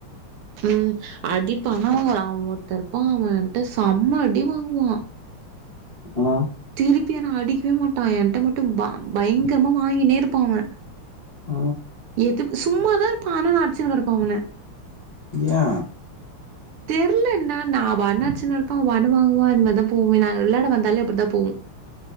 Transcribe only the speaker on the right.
ம் அடிப்பானுவூரா அவே ஒருத்தேருப்பா அவேன்ட்ட சம்ம அடி வாங்குவா.
திருப்பினா அடிக்கவே மாட்டா என்ட்ட மட்டு ப பைங்கரமா வாங்கினே ருப்பா அவே
எதுக் சும்மாதா ருப்பா ஆனா அட்சுனுக்ருப்பா அவென
தெர்ல என்னான்னு அவ அண்ணா அச்சுனு ருப்பா அவ அடி வாங்குவா இனிமே தா போவு நாங்க விளாட வந்தாலே அப்படிதா போவு